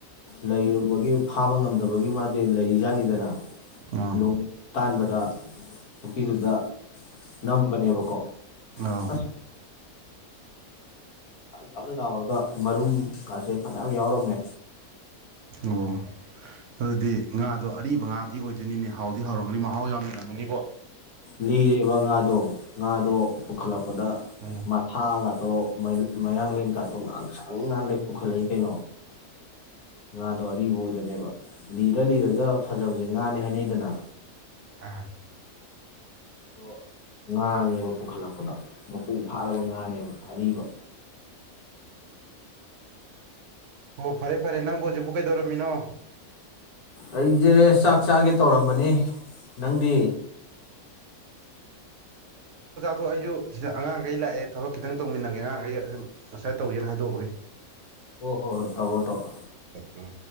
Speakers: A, on the left; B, on the right.
A: ꯂꯩꯔꯨꯕꯒꯤ ꯐꯥꯕ ꯉꯝꯗꯕꯒꯤ ꯃꯥꯗꯤ ꯂꯩꯔꯤꯖꯥꯠꯅꯤꯗꯅ
B: ꯑꯥ
A: <unintelligible> ꯇꯥꯟꯕꯗ ꯄꯨꯨꯈꯔꯤꯗꯨꯗ ꯅꯝꯕꯅꯦꯕꯀꯣ
B: ꯑ
A: ꯑꯁ ꯀ ꯀꯥꯟ ꯂꯥꯎꯔꯒ ꯃꯔꯨꯝꯒꯥꯁꯦ ꯐꯖꯅ ꯌꯥꯎꯔꯝꯃꯦ
B: ꯑꯣ ꯑꯗꯨꯗꯤ ꯉꯥꯗꯣ ꯑꯔꯤꯕ ꯉꯥꯗꯤ ꯑꯣꯏꯗꯣꯏꯅꯤꯅꯦ ꯍꯥꯎꯗꯤ ꯍꯥꯎꯔꯝꯒꯅꯤ ꯃꯍꯥꯎ ꯌꯥꯝꯅꯔꯝꯉꯅꯤꯕꯣ
A: ꯂꯤꯔꯦꯕ ꯉꯥꯗꯣ ꯉꯥꯗꯣ ꯄꯨꯈꯠꯂꯛꯄ ꯗ
B: ꯑꯣ
A: ꯃꯊꯥ ꯉ ꯑꯗꯣ ꯃꯌꯥꯡꯂꯦꯟ ꯀꯥꯠꯇꯣ ꯉꯥꯡꯁꯪ ꯉꯥꯡꯈꯩ ꯄꯨꯈꯠꯂꯛꯏ ꯀꯩꯅꯣ ꯉꯥꯗꯣ ꯑꯔꯤꯕ ꯑꯣꯏꯗꯣꯏꯅꯦꯕ ꯂꯤꯔ ꯂꯤꯔꯒ ꯐꯖꯕꯁꯦ ꯉꯥꯅꯤ ꯍꯥꯏꯅꯩꯗꯅ
B: ꯑꯥ
A: ꯑꯗꯣ ꯉꯥꯅꯦꯕ ꯄꯨꯈꯠꯂꯛꯄꯗ ꯃꯄꯨꯡ ꯐꯥꯔꯕ ꯉꯥꯅꯦꯕ ꯑꯔꯤꯕ
B: ꯑꯣꯣ ꯐꯔꯦ ꯐꯔꯦ ꯅꯪꯕꯨ ꯍꯧꯖꯤꯛꯕꯨ ꯀꯩꯗꯧꯔꯦ ꯃꯤꯅꯣ
A: ꯑꯩꯁꯦ ꯆꯥꯛ ꯆꯥꯒꯦ ꯇꯧꯔꯝꯕꯅꯤ ꯅꯪꯗꯤ
B: ꯑꯗꯣ ꯑꯩꯁꯨ ꯁꯤꯗ ꯑꯉꯥꯡꯈꯩ ꯂꯥꯛꯑꯦ ꯊꯕꯛ ꯈꯤꯇꯪ ꯇꯧꯃꯤꯟꯅꯒꯦ ꯑꯉꯥꯡꯈꯩ ꯑꯗꯨ ꯉꯁꯥꯏ ꯇꯧꯒꯦꯅ ꯍꯥꯏꯗꯣꯛꯑꯒꯦ
A: ꯍ ꯍꯣ ꯍꯣꯏ ꯇꯧꯕꯣ ꯇꯧꯕꯣ
B: ꯎꯝ